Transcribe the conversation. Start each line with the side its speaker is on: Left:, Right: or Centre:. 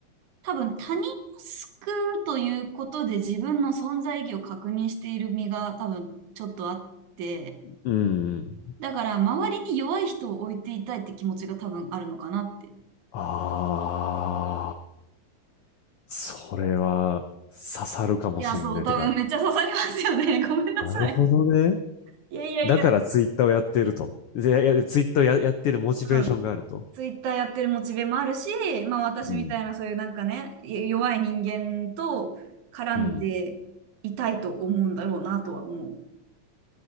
Right: 多分他人を救うということで自分の存在意義を確認している身が多分ちょっとあって、
Left: う。うんうん。
Right: だから周りに弱い人を置いていたいって気持ちが多分あるのかなって。
Left: ああ、それは刺さるかもしんねえ。
Right: いや、そう、多分めっちゃ刺さりますよね。
Left: てか、
Right: <laughs> ごめんなさい。
Left: なるほどね。
Right: いやいやいや。
Left: だからツイッターをやっていると。で、いやツイッターをや、やっているモチベーションがあると。
Right: うん。ツイッターやってるモチベもあるし、まあ私みたいなそういうなんかね、
Left: うん。
Right: 弱い人間と絡んでいたいと思うんだろうなとは思う。
Left: うん。